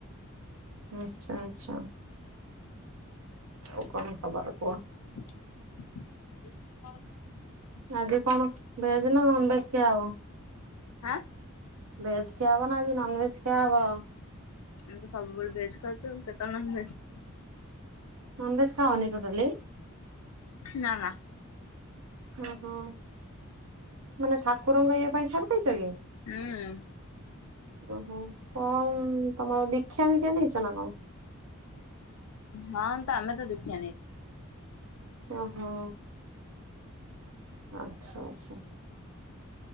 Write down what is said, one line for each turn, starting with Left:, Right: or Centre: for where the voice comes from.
Right: ଆଛା ଆଛା ଆଉ କଣ ଖବର କୁହ?
Left: ହ <inaudible>
Right: ଆଜି କଣ ଭେଜ ନା ନନଭେଜ ଖିଆ ହବ?
Left: ହାଁ
Right: ଭେଜ ଖିଆ ହବ ନା ଆଜି ନନଭେଜ ଖିଆ ହବ?
Left: ଆମେ ତ ସବୁବେଳେ ଭେଜ ଖାଉଛୁ କେତେବେଳେ ନନ ଭେଜ୍
Right: ନନଭେଜ୍ ଖାଅନି ଟୋଟଲି?
Left: ନା।
Right: ଓହୋ ମାନେ ଠାକୁରଙ୍କ ଇଏ ପାଇଁ ଛାଡି ଦେଇଛ କି?
Left: ହୁଁ।
Right: ଓହୋ କଣ ତମର ଦୀକ୍ଷା ପିକ୍ଷା ନେଇଛ ନା କଣ?
Left: ହଁ ତ ଆମେ ତ ଦୀକ୍ଷା ନେଇଛୁ।
Right: ଓ ହୋ। ଆଚ୍ଛା ଆଚ୍ଛା।